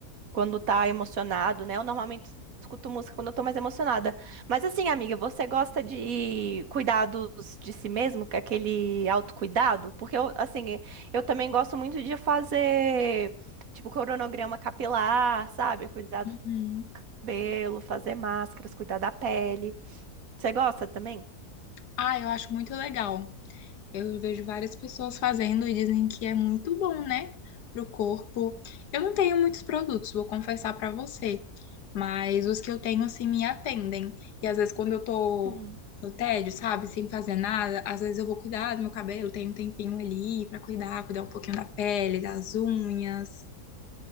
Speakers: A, on the right; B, on the left.
A: quando tá emocionado, né? Eu normalmente escuto música quando eu tô mais emocionada. Mas assim, amiga, você gosta de cuidados de si mesmo, que é aquele autocuidado? Porque eu, assim, eu também gosto muito de fazer, tipo, cronograma capilar, sabe? Cuidar
B: Uhum.
A: do cabelo, fazer máscaras, cuidar da pele. Você gosta também?
B: Ah, eu acho muito legal. Eu vejo várias pessoas fazendo e dizem que é muito bom, né? Pro corpo. Eu não tenho muitos produtos, vou confessar pra você, mas os que eu tenho assim me atendem. E às vezes quando eu tô
A: Uhum.
B: no tédio, sabe, sem fazer nada, às vezes eu vou cuidar do meu cabelo, tenho um tempinho ali pra cuidar, cuidar um pouquinho da pele, das unhas.